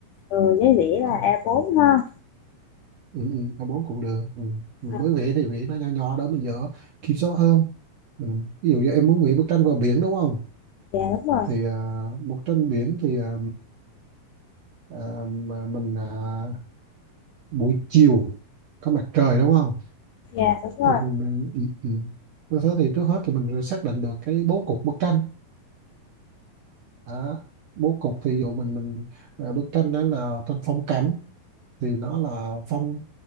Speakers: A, on the left; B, on the right.
A: Ừ, giấy đĩa là
B: Ừ.
A: a bốn ha.
B: Ừ, ừ, A4 cũng được ừ. Mình
A: À,
B: mới vẽ thì vẽ nó nhỏ nhỏ đó mình dở kiểm soát hơn ừ. Ví dụ như em muốn vẽ bức tranh vào biển đúng không
A: dạ đúng rồi.
B: thì à, bức tranh biển thì à, à, mà mình à, buổi chiều có mặt trời đúng không
A: Dạ đúng rồi.
B: thì mình, mình ừ, ừ. Như thế thì trước hết thì mình xác định được cái bố cục bức tranh à, bố cục thì dụ mình mình à, bức tranh đó là tranh phong cảnh thì nó là phong